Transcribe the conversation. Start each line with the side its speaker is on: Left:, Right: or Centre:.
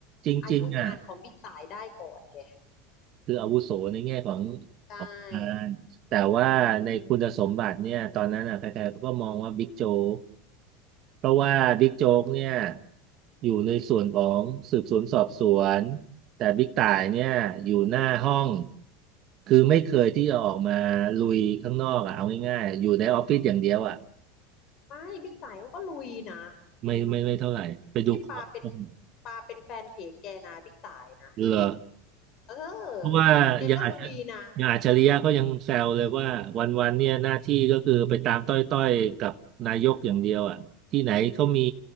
Right: จริงๆอ่ะ
Left: อายุงานของบิ๊กต่ายได้ก่อนแก
Right: คืออาวุโสในแง่ของ
Left: ใช่
Right: ของงานแต่ว่าในคุณสมบัติเนี่ยตอนนั้นอ่ะใครๆเขาก็มองว่าบิ๊กโจ๊กเพราะว่าบิ๊กโจ๊กเนี่ยอยู่ในส่วนของสืบสวนสอบสวน แต่บิ๊กต่ายเนี่ยอยู่หน้าห้อง คือไม่เคยที่จะออกมาลุยข้างนอกอ่ะเอาง่ายๆอยู่ในออฟฟิศอย่างเดียวอ่ะ
Left: ไม่บิ๊กต่ายเขาก็ลุยนะ
Right: ไม่ไม่ไม่เท่าไหร่ไปดูของ
Left: พี่พี่ปาเป็นปาเป็นแฟนเพจแกนะบิ๊กต่ายนะ
Right: เหรอ
Left: เออแกก็ลุยนะ
Right: เพราะว่ายังอาจจะยังอัจฉริยะก็ยังแซวเลยว่าวันๆเนี่ยหน้าที่ก็คือไปตามต้อยๆกับนายกอย่างเดียวอ่ะที่ไหนเขามี